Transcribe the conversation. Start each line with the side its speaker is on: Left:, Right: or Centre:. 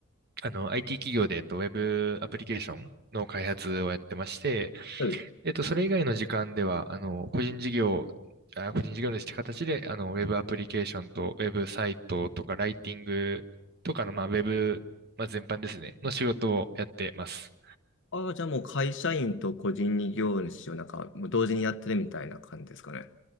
Right: あの、IT 企業で、えっと、ウェブアプリケーションの開発をやってまして、
Left: はい
Right: えっと、それ以外の時間では、あの、個人事業、あ、個人事業主って形で、あの、ウェブアプリケーションと、ウェブサイトとか、ライティングとかの、まあ、ウェブ、まあ、全般ですね、の仕事をやってます。
Left: ああじゃあもう会社員と個人事業主をなんかもう同時にやってるみたいな感じですかね。